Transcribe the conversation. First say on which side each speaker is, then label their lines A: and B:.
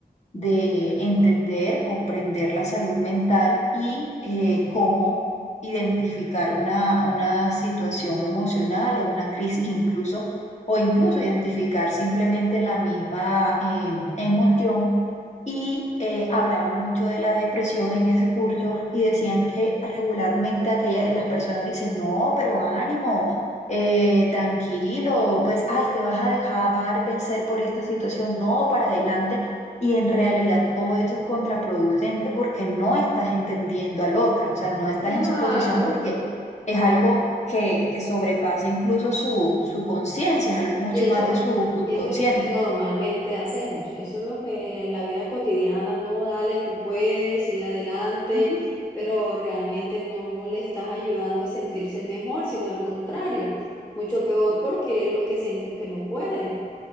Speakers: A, on the left (about 45°); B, on the left (about 15°).
A: de entender, comprender la salud mental y eh, cómo identificar una, una situación emocional o una crisis incluso, o incluso identificar simplemente la misma em, emoción. Y eh, hablaban mucho de la depresión en ese curso y decían que regularmente aquella- las personas dicen, no, pero ánimo, eh, tranquilo, pues, ay, te vas a dejar vencer por esta situación, no, para adelante. Y en realidad todo eso es contraproducente porque no estás entendiendo al otro, o sea, no estás
B: Claro.
A: en su posición porque es algo que, que sobrepasa incluso su, su conciencia, es algo mucho
B: Y eso,
A: más de su subconsciente.
B: y eso es lo que normalmente hacemos, eso es lo que en la vida cotidiana, no, dale, tú puedes, sigue adelante,
A: Ujú.
B: pero realmente no le estás ayudando a sentirse mejor, sino al contrario, mucho peor porque él lo que siente es que no puede.